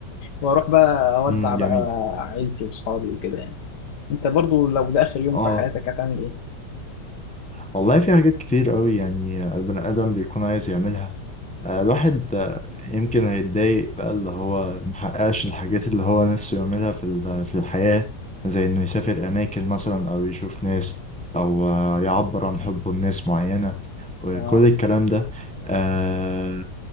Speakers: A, on the left; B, in the centre.
A: واروح بقى اودع
B: مم،
A: بقى
B: جميل
A: عيلتي واصحابي وكده يعني انت برضو لو ده اخر يوم
B: اه
A: في حياتك هتعمل ايه
B: والله في حاجات كتير قوي يعني البني آدم بيكون عايز يعملها آه، الواحد آه، يمكن هيتضايق بقى اللي هو محققش الحاجات اللي هو نفسه يعملها في ال- في الحياة زي إنه يسافر أماكن مثلا أو يشوف ناس أو آه، يعبر عن حبه لناس معينة وكل
A: اه
B: الكلام ده آه،